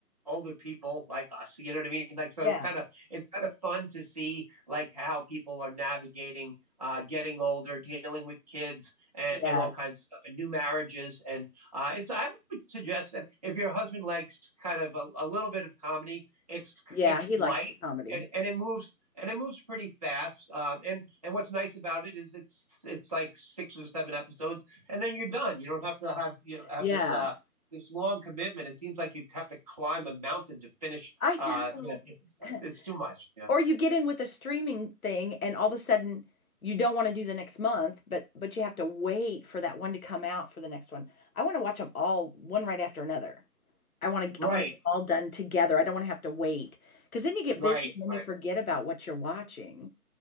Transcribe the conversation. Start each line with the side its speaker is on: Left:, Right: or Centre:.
Right: older people like us you know what i mean like so
Left: Yeah.
Right: it's kind of it's kind of fun to see like how people are navigating uh, getting older, dealing with kids, and,
Left: Yes.
Right: and all kinds of stuff, and new marriages. And uh, it's I would suggest that if your husband likes kind of a, a little bit of comedy, it's
Left: Yeah,
Right: it's
Left: he
Right: light
Left: likes the comedy.
Right: and and it moves and it moves pretty fast. Um, and and what's nice about it is it's it's like six or seven episodes, and then you're done. You don't have to have you know, have
Left: Yeah,
Right: this uh, this long commitment. It seems like you have to climb a mountain to finish.
Left: I
Right: Uh,
Left: know.
Right: you know,
Left: <laughs>
Right: <laughs> it's too much. Yeah,
Left: Or you get in with a streaming thing and all of a sudden you don't want to do the next month, but but you have to wait for that one to come out for the next one. I want to watch them all one right after another. I want to
Right: right,
Left: I want to get all done together. I don't want to have to wait because then you get
Right: right,
Left: busy and then
Right: right.
Left: you forget about what you're watching.